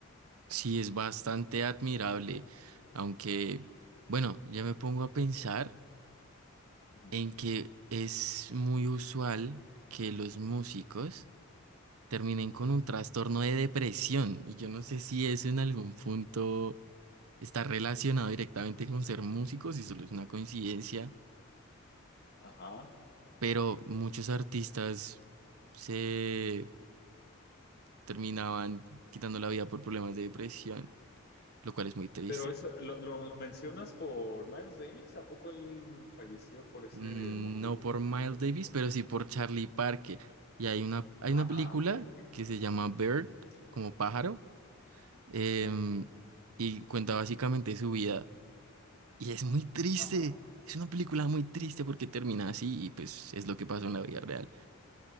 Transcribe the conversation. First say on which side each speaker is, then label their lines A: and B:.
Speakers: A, on the right; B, on the left.
A: Sí, es bastante admirable. Aunque, bueno, ya me pongo a pensar
B: Ujú.
A: en que es muy usual que los músicos terminen con
B: Ajá.
A: un trastorno de depresión. Y yo no sé si eso en algún punto. está relacionado directamente con ser músicos y solo es una coincidencia,
B: Ajá.
A: pero muchos artistas se terminaban quitando la vida por problemas de depresión, lo cual es muy triste.
B: Pero eso, lo, lo- lo mencionas por Miles Davis, ¿a poco él falleció por ese
A: Mm,
B: motivo?
A: No por Miles Davis, pero sí por Charlie Parker. Y hay una, hay una
B: Ah,
A: película
B: ok, ok,
A: que se llama Bird,
B: ok.
A: como pájaro, em,
B: Ajá,
A: y cuenta básicamente su vida. Y es muy triste.
B: ajá,
A: Es una película muy triste porque termina así y pues es lo que pasó en la vida real.